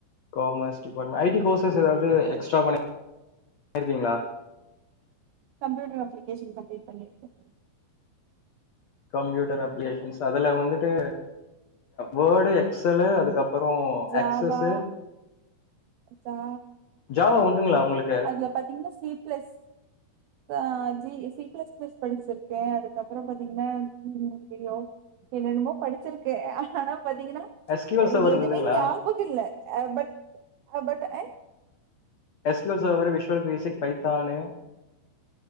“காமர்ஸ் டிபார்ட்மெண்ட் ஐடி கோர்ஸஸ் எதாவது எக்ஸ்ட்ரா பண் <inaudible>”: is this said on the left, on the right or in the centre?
Left